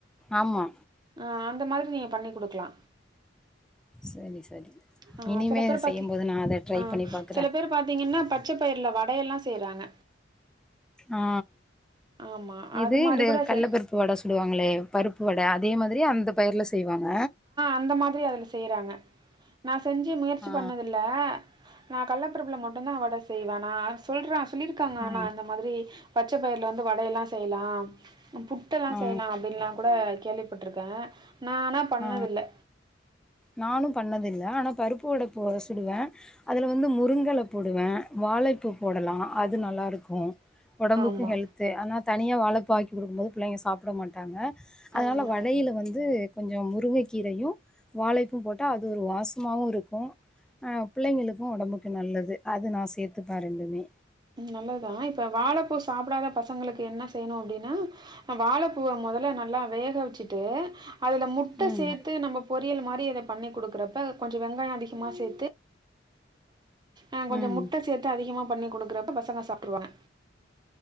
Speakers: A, in the centre; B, on the right.
A: ஆமா
B: ஆ அந்த மாரி நீங்க பண்ணி் குடுக்லா
A: சரி சரி
B: ஆ
A: இனிமே
B: சில பேர் பாத்தீ
A: செய்யும்போது நா அத ட்ரை
B: ஆ
A: பண்ணி பாக்குறே
B: சில பேர் பாத்தீங்கன்னா பச்ச பயிர்ல வடையெல்லா செய்றாங்க
A: ஆ
B: ஆமா
A: இது
B: அது மாரி
A: இந்த
B: கூட
A: கள்ளப்பருப்
B: செ
A: ப்பு வட சுடுவாங்களே பருப்பு வட அதே மாதிரி அந்த பயிரில செய்வாங்க
B: அந்த மாதிரி அதுல செய்றாங்க நா செஞ்சு முயற்சி
A: ஆ
B: பண்ணதில்ல நா கள்ளப்பருப்புல மட்டுந்தா வட செய்வே நா சொல்ற சொல்லிருக்காங்க
A: ஆ
B: ஆனா அந்த மாதிரி பச்ச பயிர்ல வந்து வடயெல்லா செய்லா புட்டெல்லா
A: ஆ
B: செய்யலா அப்டின்லா கூட கேள்வி போட்ருக்கே நா ஆனா பண்ணதில்ல
A: ஆ நானு பண்ணதில்ல ஆனா பருப்பு வட போ சுடுவே அதுல வந்து முருங்கெல போடுவே வாழைப்பூ போடலா அது நல்லாருக்கு உடம்புக்கு
B: ஆமா
A: ஹெல்த் ஆனா தனியாக வாழைப்பூ ஆக்கி குடுக்கும் போது பிள்ளைங்க சாப்ட மாட்டாங்க அதனால
B: ம்
A: வடையில வந்து கொஞ்சோ முருங்க கீரையு வாழைப்பூ போட்டா அது ஒரு வாசமாவுருக்கு அ பிள்ளைங்களுக்கு உடம்புக்கு நல்லது அது நா சேத்துக்ப்பே ரெண்டுமே
B: நல்லதுதா இப்ப வாழைப்பூ சாப்டாத பசங்களுக்கு என்ன செய்யணு அப்டின்னா வாழைப்பூவ முதல்ல நல்லா வேக வச்சுட்டு அதுல முட்ட
A: ம்
B: சேத்து நம்ம பொரியல் மாரி இத பண்ணி குடுக்குறப்ப கொஞ்சோ வெங்காயோ அதிகமா சேத்து அ கொஞ்சோ
A: ம்
B: முட்ட சேத்து அதிகமா பண்ணி குடுக்குறப்ப பசங்க சாப்ட்றுவாங்க